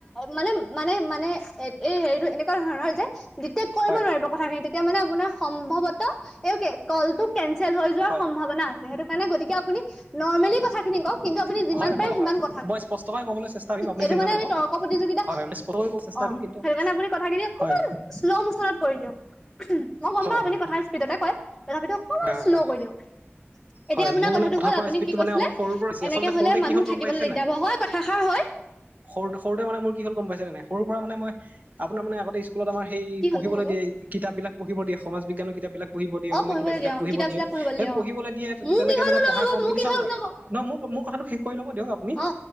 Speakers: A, in the centre; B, on the right.
A: মানে, মানে, মানে এই হেৰিটো এনেকুৱা ধৰণৰ যে ডিটেক্ কৰিব
B: হয়
A: নোৱাৰিব কথাখিনি তেতিয়া মানে আপোনাৰ সম্ভৱত এ, কলটো কেনচেল হৈ যোৱাৰ
B: হয়
A: সম্ভাৱনা আছে, সেইটো গতিকে আপুনি নৰ্মেলি কথাখিনি কওঁক? কিন্তু আপুনি যিমান
B: হয়
A: পাৰে
B: হয়
A: সিমান
B: হয়
A: কথা কওঁক,
B: মই স্পষ্টকৈ ক'বলৈ চেষ্টা কৰিম আপুনি
A: এইটো
B: চিন্তা
A: মানে
B: নকৰিব।
A: আমি তৰ্ক প্ৰতিযোগিতা।
B: হয় হয় মই স্পষ্টকৈ ক'ব চেষ্টা
A: অ',
B: কৰিম কিন্তু
A: সেইটো কাৰণে আপুনি কথাখিনি অকমান
B: হয়
A: শ্ল মোচনত কৰি দিয়ক। মই গম
B: হয়
A: পাওঁ আপুনি
B: হয় হয়
A: কথা স্পীডতে কয়, তথাপিতো অকমান
B: হয়
A: শ্ল
B: হয়
A: কৰি দিয়ক। এতিয়া
B: হয়,
A: আপোনাৰ
B: মোৰ
A: কথাটো
B: মানে কথা
A: হ'ল
B: কোৱা
A: আপুনি
B: স্পীডটো
A: কি কৈছিলে
B: মানে অলপ সৰুৰ পৰাই,
A: এনেকে
B: আচলতে
A: হ'লে
B: সৰুতে
A: মানুহ
B: কি হ'ল
A: থাকিবলৈ
B: গম পাইছে
A: দিগদাৰ
B: নে নাই।
A: হ'ব হয় কথাষাৰ হয়
B: সৰু-সৰুতে মানে মোৰ কি হ'ল গম পাইছে নে নাই, সৰু পৰা মানে মই আপোনাৰ মানে আগতে স্কুল আমাৰ সেই
A: কি
B: পঢ়িব
A: হ'ল কওক আকৌ
B: দিয়ে, কিতাপ বিলাক পঢ়িব দিয়ে, সমাজবিজ্ঞানৰ কিতাপ বিলাক পঢ়িব দিয়ে,
A: অ
B: অসমীয়া
A: পঢ়িবলৈ
B: কিতাপ বিলাক
A: দিয়া অ
B: পঢ়িব
A: কিতাপ
B: দিয়ে
A: চিতাপ
B: সেই
A: দিয়া অ
B: পঢ়িবলৈ দিয়ে। তেনেকে
A: মোৰ কি হ'ল
B: মানে
A: শুনক
B: পঢ়াৰ
A: আকৌ
B: কম্পিটিশন
A: মোৰ কি হ'ল শুনক
B: লাগে
A: আকৌ।
B: ন, মোৰ কথাটো শে শেষ কৰি ল'ব দিয়ক আপুনি,
A: অ